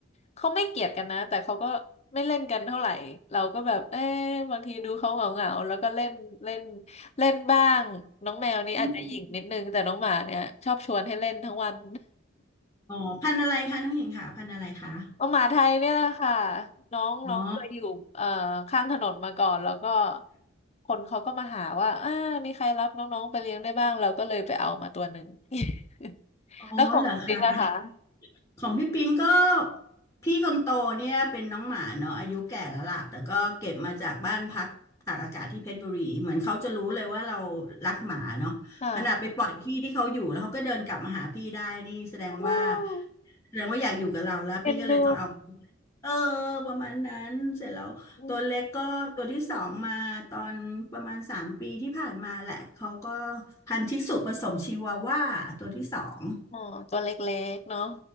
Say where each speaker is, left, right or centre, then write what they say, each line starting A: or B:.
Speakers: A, on the left; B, on the left.
A: เขาไม่เกลียดกันนะแต่เขาก็ไม่เล่นกันเท่าไหร่เราก็แบบเอ๊ะบางทีดูเขาเหงาๆแล้วก็เล่นเล่นเล่นบ้างน้องแมวนี่อาจจะหยิ่งนิดนึงแต่น้องหมาเนี่ยชอบชวนให้เล่นทั้งวัน
B: อืมอ๋อพันธุ์อะไรคะน้องหญิงค่ะพันธุ์อะไรคะ
A: <laughs> น้องหมาไทยเนี่ยแหละค่ะน้องน้องเคยอยู่เอ่อข้างถนนมาก่อนแล้วก็
B: อ๋อ
A: คนเขาก็มาหาว่าอ่ามีใครรับน้องๆไปเลี้ยงได้บ้างเราก็เลยไปเอามาตัวหนึ่ง <laughs>
B: อ๋อเหรอคะ
A: แล้วของคุณติ๊กนะคะ
B: ของพี่ปิงก็พี่คนโตเนี่ยเป็นน้องหมาเนาะอายุแก่แล้วล่ะแต่ก็เก็บมาจากบ้านพักตากอากาศที่เพชรบุรีเหมือนเขาจะรู้เลยว่าเรารักหมาเนาะขนาดไปปล่อยที่ที่เขาอยู่แล้วเขาก็เดินกลับมาหาพี่ได้นี่แสดงว่า
A: ค่ะโอ้
B: แสดงว่าอยากอยู่กับเราแล้วพี่ก็เลยต้องเอา
A: เอ็นดู
B: เออประมาณนั้นเสร็จแล้วตัวเล็กก็ตัวที่สองมาตอนประมาณสามปีที่ผ่านมาแหละเขาก็
A: อม
B: พันธุ์ชิสุผสมชิวาว่าตัวที่สอง
A: อ๋อ ตัวเล็กๆเนาะ